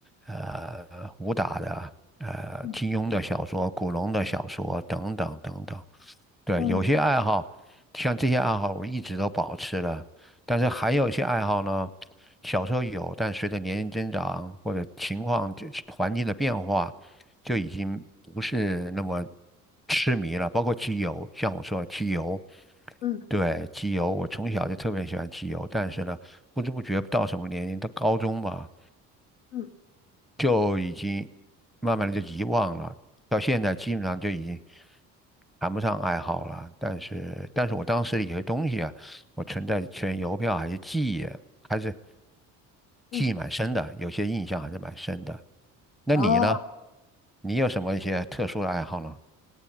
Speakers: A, in the centre; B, on the left (about 85°).
A: 呃武打的、呃金庸的小说、
B: 嗯
A: 古龙的小说等等等等。对，
B: 嗯
A: 有些爱好，像这些爱好，我一直都保持了。但是还有一些爱好呢，小时候有，但随着年龄增长或者情况、这环境的变化，就已经不是那么痴迷了。包括机油，像我说的机油，
B: 嗯
A: 对，机油，我从小就特别喜欢机油，但是呢，不知不觉到什么年龄，到高中吧，
B: 嗯。
A: 就已经慢慢的就遗忘了，到现在基本上就已经谈不上爱好了。但是，但是我当时的有些东西啊，我存在存邮票还是记忆，还是
B: 嗯
A: 记忆蛮深的，有些印象还是蛮深的。那你呢？
B: 哦，
A: 你有什么一些特殊的爱好呢？